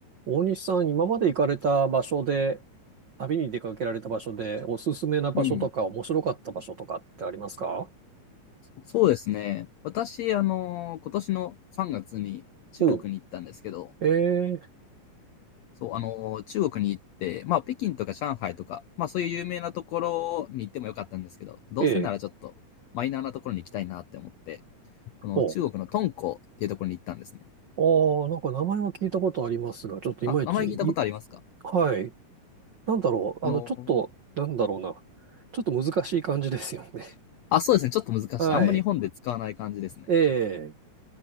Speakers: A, on the right; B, on the left.
A: 大西さん、今まで行かれた場所で、旅に出かけられた場所で、おすすめな場所とか、
B: うん。
A: 面白かった場所とかってありますか
B: そうですね。私、あの、今年の3月に中国に行ったんですけど、
A: おう。ええ
B: そう、あの、中国に行って、まあ、北京とか上海とか、まあ、そういう有名なところに行ってもよかったんですけど、どうせならちょっとマイナーなところに行きたいなって思って、
A: ええ
B: この中国の敦煌っていうところに行ったんですね。
A: おう。ああ、なんか名前は聞いたことありますが、ちょっといまいち、
B: あ、名前聞いたことありますか
A: い、はい。なんだろう。
B: あの、
A: あの、ちょっと、なんだろうな。ちょっと難しい感じですよね。
B: あ、そうですね。ちょっと難しい。
A: <laughs> はい。
B: あんまり日本で使わない感じですね。
A: ええ